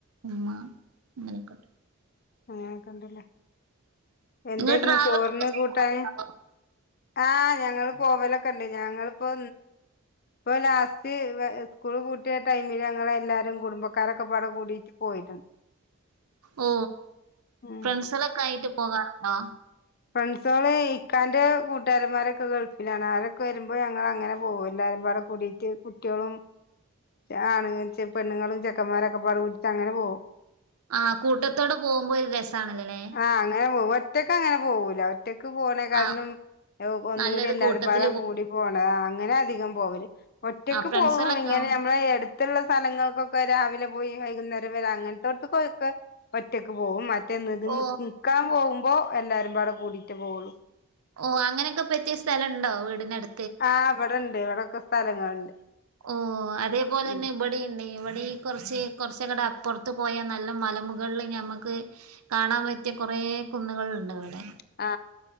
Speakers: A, on the right; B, on the left.
A: ഉമ്മ അങ്ങനൊക്കെട്ട
B: അങ്ങനൊക്കെണ്ടല്ലേ എന്തായിരുന്നു
A: നിങ്ങൾ ട്രാവലൊക്കെ
B: ചോറിന്
A: ചെയ്യാറുണ്ടോ
B: കൂട്ടാന് ആഹ് ഞങ്ങൾ പോകലൊക്കെയുണ്ട് ഞങ്ങിളിപ്പോ ഇപ്പൊ ലാസ്റ്റ് സ്കൂള് പൂട്ടിയ ടൈമില് ഞങ്ങൾ എല്ലാരും കുടുംബക്കാരൊക്കെപാടെ കൂടീട്ട് പോയിട്ടുണ്ട്
A: ഓ
B: ഉം
A: ഫ്രണ്ട്സ്‌ളൊക്കെ ആയിട്ട് പോകാറുണ്ടോ
B: ഫ്രണ്ട്സുകള് ഇക്കാന്റെ കൂട്ടുകാരന്മാരൊക്കെ ഗൾഫിലാണ് അവരൊക്കെ വരുമ്പോൾ ഞങ്ങൾ അങ്ങനെ പോവും <unintelligible> കൂടീട്ട് കുട്ട്യോളും ആ <unintelligible> പെണ്ണുങ്ങളും ചെക്കന്മാരൊക്കെ പാടെ വിട്ടിട്ട് അങ്ങനെ പോകും
A: ആഹ് കൂട്ടത്തോടെ പോകുമ്പോൾ ഒരു രസണല്ലോല്ലേ
B: ആ അങ്ങനെ പോ <unintelligible> ഒറ്റക്ക് അങ്ങനെ പോകൂല ഒറ്റയ്ക്ക് പോണേക്കാട്ടിലും
A: ആ
B: ഒന്നും
A: നല്ലത്
B: കൂടി എല്ലാരും
A: കൂട്ടത്തില്
B: പാടെ
A: പോ
B: കൂടി പോണം അങ്ങനെ അധികം പോവല് ഒറ്റക്ക്
A: ആ ഫ്രണ്ട്സുകളൊക്കെ
B: പോകും ഇങ്ങനെ
A: ആവും
B: നമ്മളഎടുത്തു അടുത്തുള്ള സ്ഥലങ്ങൾക്കൊക്കെ രാവിലെ പോയി വൈകുന്നേരം വരെ അങ്ങനത്തെടത്തക്ക ഒക്കെ ഒറ്റക്ക് പോകും മ
A: ഓ
B: നിക്കാൻ പോകുമ്പോ എല്ലാരും പാടെ കൂടിയിട്ടേ പോകുള്ളു
A: ഓ അങ്ങനെയൊക്കെ പറ്റിയ സ്ഥലം ഉണ്ടോ വീടിനടു
B: ആ ഇവിടെയുണ്ട്. ഇവിടെക്കെ സ്ഥലങ്ങളുണ്ട്.
A: ഓ അതേപോലെ തന്നെ
B: ഉം
A: ഇവിടെയുണ്ട് ഇവിടെ കുറച്ച് കുറച്ചക്കടെ അപ്പുറത്ത് പോയാൽ നല്ല മലമു മുകളില് ഞമ്മുക്ക് കാണാൻ പറ്റിയ കുറേ കുന്നുകളുണ്ട് ഇവിടെ
B: ആ